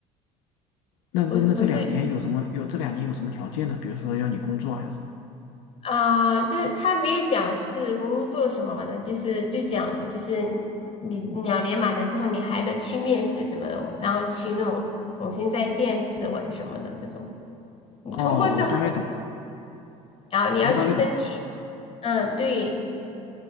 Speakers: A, on the left (about 75°); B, on the left (about 35°).
A: 那那那这两年有什么？
B: 不是不是
A: 有这两年有什么条件呢？比如说要你工作还是什么？
B: 啊，这、他没有讲是工作什么的，就是就讲就是你两年满了之后，你还得去面试什么的，然后去那种重新再建指纹什么的这种。你通过之后，
A: 哦，我大概懂，
B: 然后你要去申请。
A: 我大概懂。
B: 嗯，对，